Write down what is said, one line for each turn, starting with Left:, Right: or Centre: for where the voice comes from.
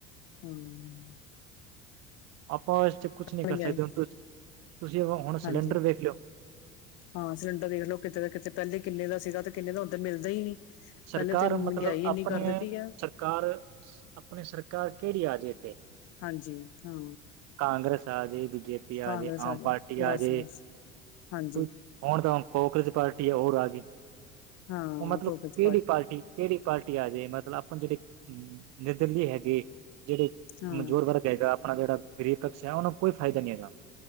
Left: ਹਮ!
Right: ਆਪਾਂ ਇਸ ਚ ਕੁਛ ਨੀ ਕਰ
Left: ਮਹਿੰਗਾਈ
Right: ਸਕਦੇ। ਹੁਣ ਤੁਸੀਂ ਹੁਣ
Left: ਹਾਂਜੀ
Right: ਸਿਲੰਡਰ ਵੇਖ ਲਿਓ
Left: ਹਾਂ! ਸਿਲੰਡਰ ਦੇਖ ਲਓ ਕਿਤੇ ਨਾ ਕਿਤੇ, ਪਹਿਲੇ ਕਿੰਨੇ ਦਾ ਸੀਗਾ ਤੇ ਕਿੰਨੇ ਦਾ ਉੱਧਰ ਮਿਲਦਾ ਹੀ ਨਹੀਂ।
Right: ਸਰਕਾਰ
Left: ਪਹਿਲੇ ਤੇ ਮਹਿੰਗਾਈ
Right: ਮਤਲਬ
Left: ਇੰਨੀ
Right: ਆਪਣੇ
Left: ਕਰ ਦਿੱਤੀ ਹੈ
Right: ਸਰਕਾਰ ਆਪਣੀ ਸਰ ਘ ਕਿੜੀ ਆ ਅਜੇ ਇਥੇ।
Left: ਹਾਂਜੀ ਹਾਂ।
Right: ਕਾਂਗਰਸ ਆ, ਜੇ ਬੀਜੇਪੀ
Left: ਕਾਂਗਰਸ
Right: ਆ ਜੇ ਆਮ
Left: ਜਾਓ
Right: ਪਾਰਟੀ ਆ
Left: ਬਸ
Right: ਜੇ।
Left: ਬਸ ਹਾਂਜੀ
Right: ਹੁਣ ਤਾਂ ਕਾਕ੍ਰੋਚ ਪਾਰਟੀ ਆ ਹੋਰ ਆ ਗਈ।
Left: ਹਾਂ
Right: ਉਹ ਮਤਲਬ
Left: ਖ ਕੁਝ
Right: ਕਿਹੜੀ ਪਾਰਟੀ, ਕਿਹੜੀ ਪਾਰਟੀ ਆ ਜਾੇ ਮਤਲਬ ਆਪਾਂ ਜਿਹੜੇ ਨਿਰਦਲੀ ਹੈਗੇ। ਜਿਹੜੇ
Left: ਹਾਂ
Right: ਕਮਜ਼ੋਰ ਵਰਗ ਹੈਗਾ ।ਆਪਣਾ ਜਿਹੜਾ ਗਰੀਬ ਕਕਸ਼ ਹੈ । ਉਹਨਾਂ ਨੂੰ ਕੋਈ ਫਾਇਦਾ ਨਹੀਂੀ ਹੈਗਾ।